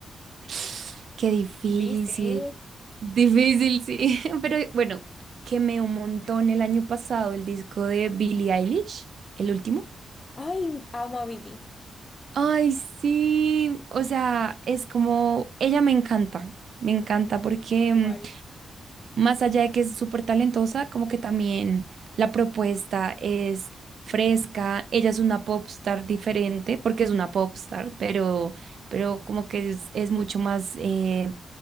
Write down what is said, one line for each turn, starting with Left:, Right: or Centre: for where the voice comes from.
Right: <sniffs> Qué difícil.
Left: Difícil.
Right: Difícil, sí. <laughs> Pero bueno, quemé un montón el año pasado el disco de Billie Eilish, el último.
Left: Ay, amo a Billy.
Right: Ay, sí, o sea, es como, ella me encanta, me encanta porque
Left: Igual.
Right: mm, más allá de que es súper talentosa, como que también la propuesta es fresca, ella es una popstar diferente, porque es una popstar, pero, pero como que es, es mucho más, eh,